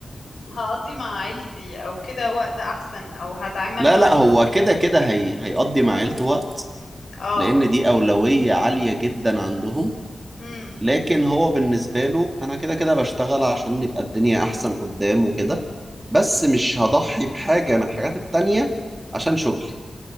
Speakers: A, on the left; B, on the right.
A: هقضي مع عيلتي او كده وقت احسن او هتعامل
B: لا
A: مع
B: لا هو كده كده هي... هيقضي مع عيلته وقت
A: اه
B: لان دي اولويه عاليه جدا عندهم
A: امم
B: لكن هو بالنسبة له أنا كده كده بشتغل عشان يبقى الدنيا أحسن قدام وكده بس مش هضحي بحاجة من الحاجات التانية عشان شغلي